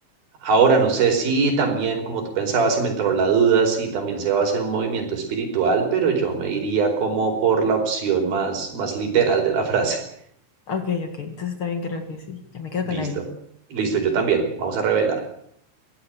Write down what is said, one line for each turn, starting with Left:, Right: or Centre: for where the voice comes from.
Right: Ahora, no sé si también, como tú pensabas, y me entró la duda, si también se va a hacer un movimiento espiritual, pero yo me iría como por la opción más, más literal de la frase.
Left: Ok, ok, entonces también creo que sí.
Right: <laughs>
Left: Ya me quedo
Right: Listo.
Left: con la E.
Right: Listo, yo también. Vamos a revelar.